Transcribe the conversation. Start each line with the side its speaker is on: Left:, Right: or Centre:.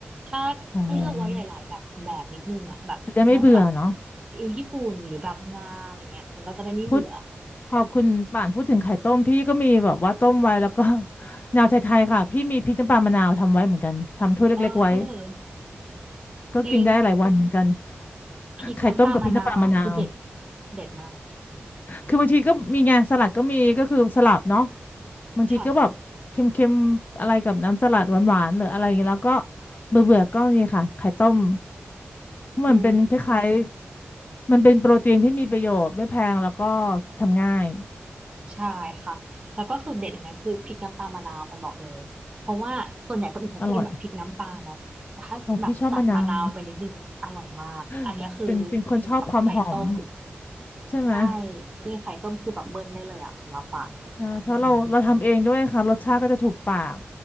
Right: ถ้าก็เลือกไว้หลายๆแบบแบบนิดนึงอ่ะแบบน้ำสลัด
Left: อ๋อจะได้ไม่เบื่อเนาะ
Right: ซีอิ๊วญี่ปุ่นหรือแบบงาอะไรเงี้ยมันก็จะได้ไม่เบื่อค่ะอืม
Left: พูด พอคุณป่านพูดถึงไข่ต้มพี่ก็มีแบบว่าต้มไว้แล้วก็ <laughs> แนวไทยๆค่ะพี่มีพริกน้ำปลามะนาวทำไว้เหมือนกันทำถ้วยเล็กๆไว้
Right: เออ
Left: ก็กินได้หลายวันเหมือนกัน
Right: จริงพริกน้ำปลามะนาวอันนี้คือเด็ด
Left: ไข่ต้มกับพริกน้ำปลามะนาว
Right: เด็ดมาก
Left: คือบางทีก็มีไงสลัดก็มีก็คือสลับเนาะบางทีก็แบบเค็มๆอะไรกับน้ำสลัดหวานๆหรืออะไรอย่างเงี้ยแล้วก็
Right: ค่ะ
Left: เบื่อๆก็นี่ค่ะไข่ต้ม
Right: อืม
Left: มันเป็นคล้ายๆมันเป็นโปรตีนที่มีประโยชน์ไม่แพงแล้วก็ทำง่าย
Right: ใช่ค่ะแล้วก็สูตรเด็ดอันเนี้ยคือพริกน้ำปลามะนาวปันบอกเลย เพราะว่าส่วนใหญ่คนอื่นเขาจะกินแบบพริกน้ำปลาเนาะแต่ถ้าแบบตัดมะนาวไปนิดนึงอร่อยมากอันเนี้ยคือกินกับไข่ต้ม
Left: อร่อยอ๋อพี่ชอบมะนาว <laughs> เป็นเป็นคนชอบความหอมใช่ไหม
Right: ใช่กินไข่ต้มคือแบบเบิ้ลได้เลยอะสำหรับปานอะอืม
Left: ใช่เพราะเราเราทำเองด้วยค่ะรสชาติก็จะถูกปาก